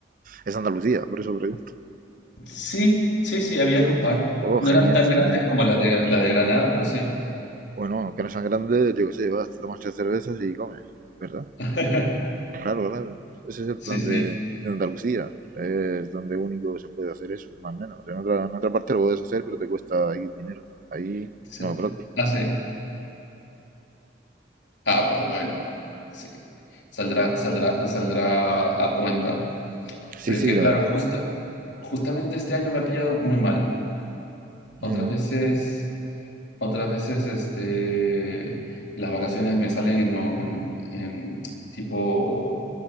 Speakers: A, on the right; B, on the left.
A: Es Andalucía, por eso pregunto.
B: Sí, sí, sí, habían un par.
A: Oh,
B: No
A: genial,
B: eran tan
A: genial.
B: grandes como la de, la de Granada, pero sí.
A: Bueno, que no sean grandes, yo qué sé, vas, te tomas tres cervezas y comes, ¿verdad?
B: <laughs>
A: Claro, claro. Ese es el
B: Sí,
A: plan
B: sí.
A: de, de Andalucía. Es donde único se puede hacer eso, más o menos. En otra, en otra parte lo puedes hacer, pero te cuesta ahí dinero. Ahí,
B: sí.
A: no, pronto.
B: Ah, sí. Ah, pues bueno, sí. Saldrá, saldrá, saldrá a cuenta.
A: Sí,
B: Pero
A: sí,
B: es que,
A: la
B: claro,
A: verdad.
B: justa- justamente este año me ha pillado muy mal. Otras
A: Mm,
B: veces, otras veces, este, las vacaciones me salen en, no- en- en tipo,